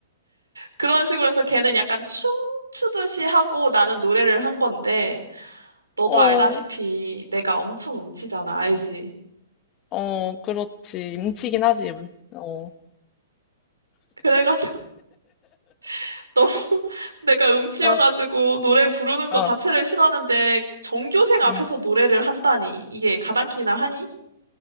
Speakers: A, on the right; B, on the left.
A: 그런 식으로 해서 걔는 약간 춤추듯이 하고 나는 노래를 한 건데, 너도
B: 어,
A: 알다시피 내가 엄청 음치잖아, 알지?
B: 어, 그렇지. 임치긴 하지. 어,
A: 그래가지고. <laughs> 너무 내가 음치여가지고
B: 어,
A: 노래 부르는 거
B: 어,
A: 자체를 싫어하는데 전교생 앞에서
B: 응
A: 노래를 한다니 이게 가당키나 하니?